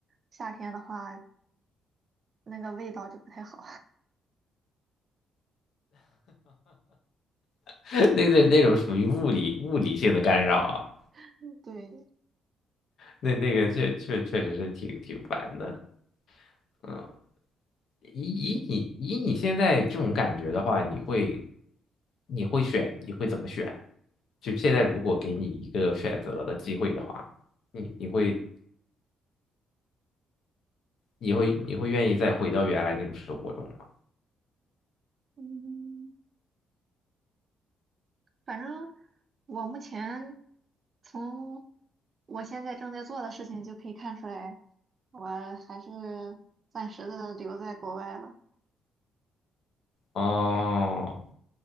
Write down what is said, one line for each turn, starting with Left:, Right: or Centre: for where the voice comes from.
Right: 夏天的话那个味道就不太好。
Left: <laughs> 那那那种属于物理物理性的干扰啊，
Right: <laughs> 对，
Left: 那那个确确确实是挺挺烦的，嗯，以以你以你现在这种感觉的话，你会你会选你会怎么选？就现在如果给你一个选择的机会的话，你你会你会你会愿意再回到原来那种生活中吗？
Right: 嗯，反正我目前从我现在正在做的事情就可以看出来，我还是暂时的留在国外了。
Left: 哦，